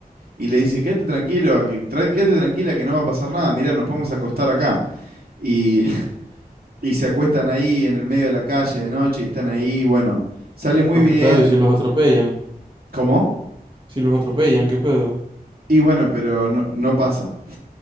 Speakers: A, on the right; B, on the right.
A: y le dice, quédate tranquilo, a que, tra- quédate tranquila que no va a pasar nada, mira, nos podemos acostar acá. Y, <laughs> y se acuestan ahí en el medio de la calle de noche y están ahí, bueno, sale muy
B: pero
A: bien.
B: qué pedo, y si los atropellan,
A: ¿Cómo?
B: si los atropellan, qué pedo.
A: Y bueno, pero no, no pasa.